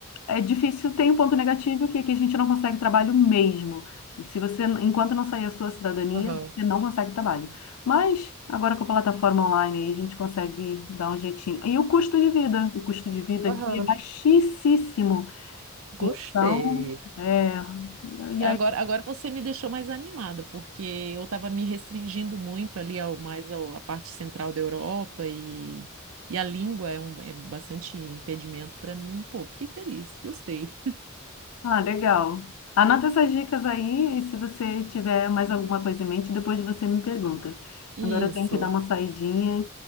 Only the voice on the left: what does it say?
é difícil, tem um ponto negativo que aqui a gente não consegue trabalho mesmo. E se você, enquanto não sair a sua cidadania,
você não consegue trabalho. Mas agora com a plataforma online aí, a gente consegue dar um jeitinho. E o custo de vida, o custo de vida
aqui é baixíssimo.
Então, é, e
aí
Ah, legal. Anota essas dicas aí e se você tiver mais alguma coisa em mente, depois você me pergunta.
Agora eu tenho que dar uma saidinha